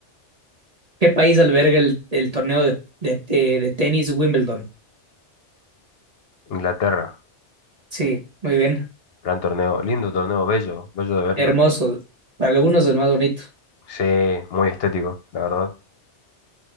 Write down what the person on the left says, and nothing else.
Inglaterra,
gran torneo, lindo torneo, bello, bello de verlo.
Sí, muy estético, la verdad.